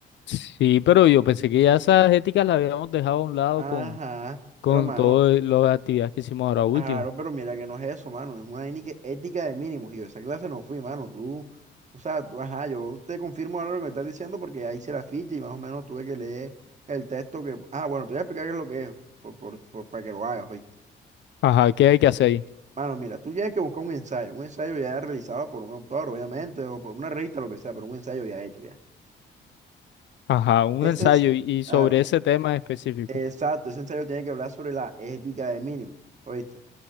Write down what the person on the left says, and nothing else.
Sí, pero yo pensé que ya esas éticas las habíamos dejado a un lado
con, con
todas las actividades que hicimos ahora último.
Ajá, ¿qué hay que hacer ahí?
Ajá, un
ensayo
y, y sobre
ese tema específico.